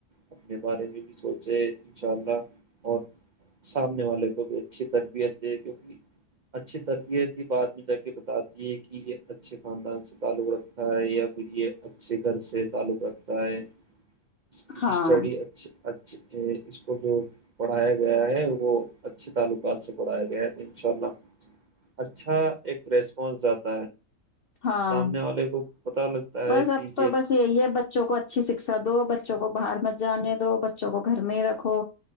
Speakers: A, on the right; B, on the left.
A: اپنے بارے میں بھی سوچے انشاء اللہ اور سامنے والے کو بھی اچھی تربیت دے کیونکہ اچھی تربیت ہی بعد میں جا کے بتاتی ہے کہ یہ اچھے خاندان سے تعلق رکھ تا ہے یا پھر یہ اچھے گھر سے تعلق رکھتا ہے اس کی
B: ہاں
A: اسٹڈی اچ اچ اس کو جو پڑھایا گیا ہے وہ اچھے تعلقات سے پڑھایا گیا ہے تو ان شاء اللہ اچھا ایک ریسپانس جا <unintelligible>
B: ہاں
A: سامنے والے کو پتا لگتا
B: بس
A: ہے کہ
B: اب تو
A: یہ
B: بس یہی ہے بچوں کو اچھا اچھی شکشا دو بچوں کو باہر مت جانے دو بچوں کو گھر میں ہی رکھو